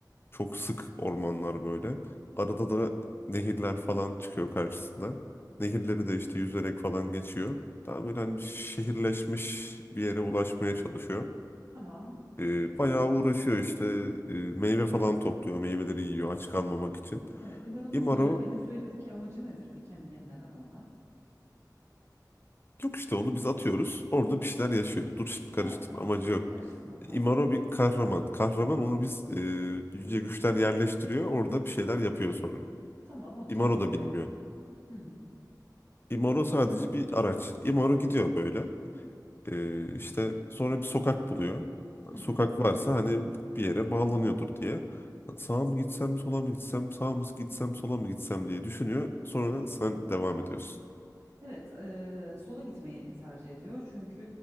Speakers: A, on the left (about 30°); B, on the right (about 55°).
A: çok sık ormanlar böyle. Arada da nehirler falan çıkıyor karşısında. Nehirleri de işte yüzerek falan geçiyor. Daha böyle hani bir şehirleşmiş bir yere ulaşmaya çalışıyor.
B: Tamam.
A: E, bayağı uğraşıyor işte E, meyve falan topluyor, meyveleri yiyor aç kalmamak için.
B: Evet, İmaro'nun
A: Imaro
B: e, Venezuela'daki amacı nedir peki? Hani ne- neden orada?
A: Yok işte onu biz atıyoruz. Orada bir şeyler yaşıyor. Dur şimdi
B: Ha,
A: karıştırma
B: tamam.
A: amacı yok.
B: Karıştırmadım. Tamam,
A: Imaro
B: tamam.
A: bir kahraman. Kahraman onu biz e, yüce güçler yerleştiriyor. Orada bir şeyler yapıyor sonra.
B: Tamam, okey.
A: Imaro
B: Evet.
A: da bilmiyor.
B: Hı hı.
A: Imaro sadece bir araç. Imaro gidiyor böyle. E, işte sonra bir sokak buluyor.
B: Hı hı.
A: Sokak varsa hani bir yere bağlanıyordur diye. Sağa mı gitsem, sola mı gitsem, sağa mı gitsem, sola mı gitsem diye düşünüyor. Sonra sen devam ediyorsun.
B: Evet, e, sola gitmeyi tercih ediyor çünkü